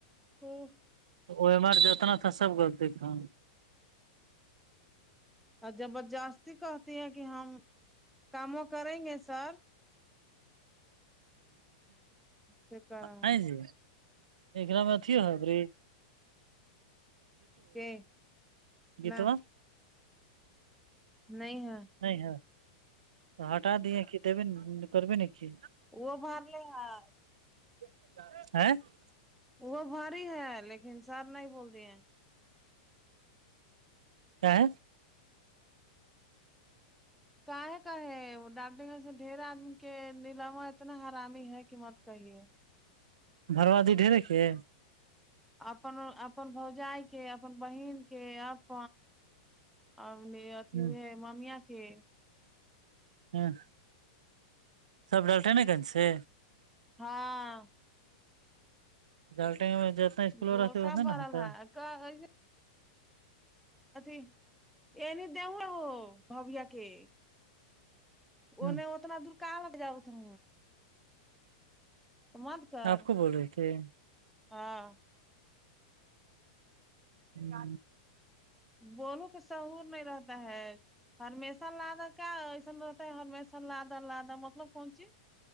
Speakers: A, in the centre; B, on the right (about 85°).
A: ہھر
B: او ایم آر جتنا تھا سب غلطی تھا
A: اور جبر جاستی کہتی ہیں کہ ہم کاموں کریں گے سر سے کر ہوں
B: ہاں جی ایکر میں اھی ہوت ری
A: کہ
B: گیتوا
A: نہ نہیں ہاں
B: نہیں ہاں تو ہٹ دے کہ دی کرے ن کہ
A: وہ بات نہیں ہے
B: <unintelligible>
A: وہ بھاری ہے لیکن سر نہیں بول د ہیں
B: کیا
A: کایں کایں ڈان گ سے ڈھیر آدمی کے نیلالما اتنا حرامی ہے کہ مل صحیح ہے
B: بھرواد ڈر کے
A: اپن اپ بوجائی کے اپ بہن کے اپ ا نے اتیھی
B: ہ
A: ہے ممیا کے
B: ہوں سب ڈرٹے ہے نا گن سے
A: ہاں
B: ڈالٹیں میں اسکول
A: وہ
B: رہتے
A: سا
B: اتنا
A: بارا
B: نا ہوتا
A: کاے نہیں آ ہو بویا کے انہ
B: ہ
A: اتنا دور کہاں لگ جاؤ اتنا تو مد کر
B: آپ کو بول رہے تھے
A: ہاں
B: نہ
A: بولو کہ شہور نہیں رہتا ہے ہرمیشہ لادہ کیا ایسا رہتا ہے ہرمیشہ لادہ لادا مطلب کونچی